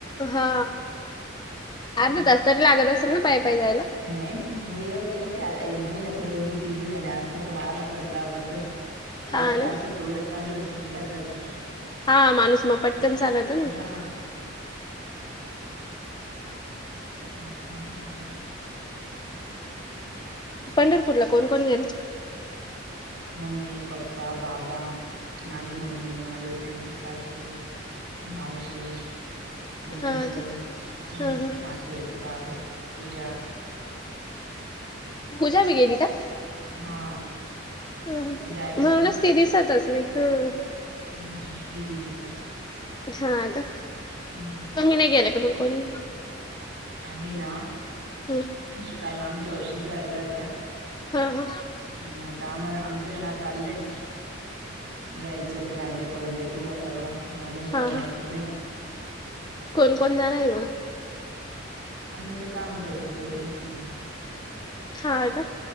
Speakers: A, on the left; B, on the right.
A: हा
B: हम्म
A: अर्धा तास तरी लागत असेल ना पाय पाय जायला?
B: नाही मी एकटे म्हणजे असं दोघी तिघी जण असलं तर म आर्ध तासला अगतोय. एकटी
A: हा ना
B: असले तर उलट पंधरा वीस मिनिटात जाते.
A: हा माणूस म पटकन चालातो ना!
B: हा बाकी म्हणती अजून?
A: पंढरपूरला कोण कोण गेल?
B: मम्मी, पप्पा, बाबा माझी मम्मी, माधुरीताईची सासू मावशी मम्मीची
A: हा
B: बहीण
A: का
B: हम्
A: हा
B: मातोरीचे बाबा पूजा
A: पूजा बी गेली का?
B: हा!
A: म्हणूनच
B: ती जायलाच
A: ती दिसतच नाही ह!
B: हम्म
A: हा का!
B: हम्म!
A: तुम्ही नाय गेला का कोणी
B: आम्ही ना
A: ह
B: आता कामागच्या वर्षी जायला होत्या.
A: हा हा
B: पण आता आम्हाला आमचं ना चाललंय. जायचं ते आले का उद्या किंवा परवा म आजून काही
A: हा
B: नक्की
A: हा
B: नाही.
A: कोण कोण जाणार आहे मग?
B: आम्ही काय कामुताई ची जोडी आम्ही
A: हा का